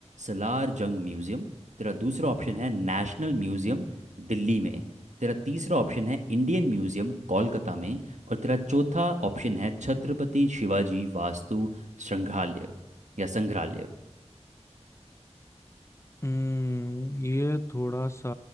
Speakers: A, on the right; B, on the left.
A: सलार जंग म्यूज़ियम तेरा दूसरा ऑप्शन है नेशनल म्यूज़ियम दिल्ली में तेरा तीसरा ऑप्शन है इंडियन म्यूज़ियम कोलकाता में और तेरा चौथा ऑप्शन है छत्रपति शिवाजी वास्तु संग्रहालय या संग्रहालय
B: हम्म ये थोड़ा सा